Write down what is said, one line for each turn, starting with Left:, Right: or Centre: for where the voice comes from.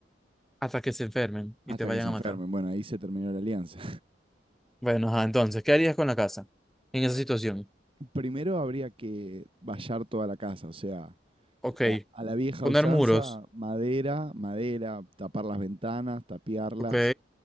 Centre: hasta que se enfermen y
Right: Hasta
Centre: te vayan
Right: que se enfermen.
Centre: a matar.
Right: Bueno, ahí se terminó la alianza.
Centre: Bueno, ajá, entonces, ¿qué harías con la casa en esa situación?
Right: <laughs> Primero habría que vallar toda la casa, o sea,
Centre: Ok,
Right: la- a la vieja
Centre: poner
Right: usanza,
Centre: muros.
Right: madera, madera, tapar las ventanas, tapiarlas.
Centre: Ok,